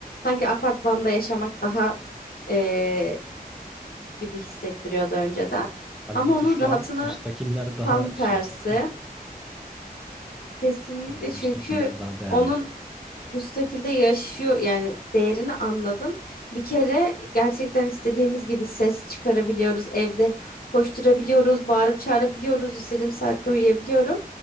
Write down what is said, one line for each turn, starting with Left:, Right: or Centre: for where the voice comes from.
Left: Sanki apartmanda yaşamak daha eee, gibi hissettiriyordu önceden.
Centre: Halbuki
Left: Ama onun
Centre: şu
Left: rahatını
Centre: an müstakiller daha
Left: tam tersi.
Centre: şey. <laughs>
Left: Kesinlikle
Centre: Şu an müstakiller
Left: çünkü
Centre: daha değerli.
Left: onun müstakilde yaşıyor yani değerini anladım. Bir kere gerçekten istediğimiz gibi ses çıkarabiliyoruz. Evde koşturabiliyoruz, bağırıp çağırabiliyoruz. İstediğim saatte uyuyabiliyorum.